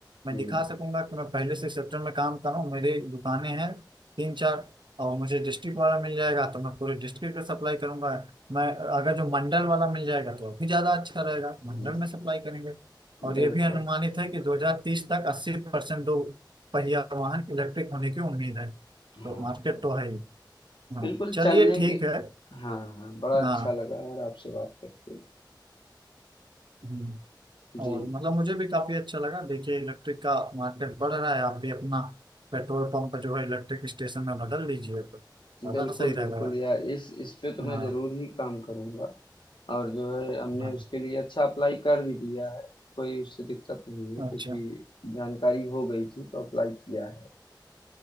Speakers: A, on the right; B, on the left.
A: मैं
B: हुँ,
A: दिखा सकूंगा कि मैं पहले से सेक्टर में काम कर रहा हूँ मेरी दुकानें हैं तीन चार और मुझे डिस्ट्रिक्ट वाला मिल जाएगा तो मैं पूरे डिस्ट्रिक्ट में सप्लाई करूंगा मैं अगर जो मंडल वाला मिल जाएगा तो और भी ज्यादा अच्छा रहेगा मंडल
B: हुँ,
A: में सप्लाई करेंगे और
B: बिल्कुल,
A: ये भी अनुमानित है कि 2030 तक 80 परसेंट दो पहिया वाहन इलेक्ट्रिक होने की उम्मीद है तो
B: हाँ।
A: मार्केट तो है ही हाँ
B: बिल्कुल
A: चलिए
B: चलने
A: ठीक
B: के
A: है
B: हाँ, हाँ, बड़ा
A: हाँ
B: अच्छा लगा यार आपसे बात करके।
A: हम्म।
B: जी,
A: और मतलब मुझे भी काफी अच्छा लगा देखिए इलेक्ट्रिक का मार्केट बढ़ रहा है आप भी अपना पेट्रोल पंप जो है इलेक्ट्रिक स्टेशन में बदल लीजिए तो ज्यादा
B: जी। बिल्कुल,
A: सही रहेगा
B: बिल्कुल यार इस इस पे तो
A: हाँ
B: मैं ज़रूर ही काम करूँगा और जो है हमने
A: हाँ
B: उसके लिए अच्छा अप्लाई कर भी दिया है, कोई उससे दिक्कत नहीं है
A: अच्छा
B: क्योंकि जानकारी हो गई थी तो अप्लाई किया है।